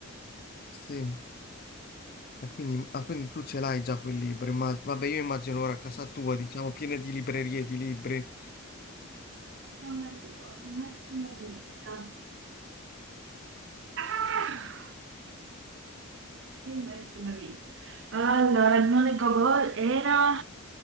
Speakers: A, on the left (about 45°); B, on the right (about 55°).
A: sì. E quindi, ah, quindi tu ce l'hai già quel libro, immag- vabbè io immagino ora a casa tua, diciamo, piena di librerie di libri.
B: Allora, il maestro e Margherita. Ah! Il maestro e Margherita. Allora, non è Gogol, era.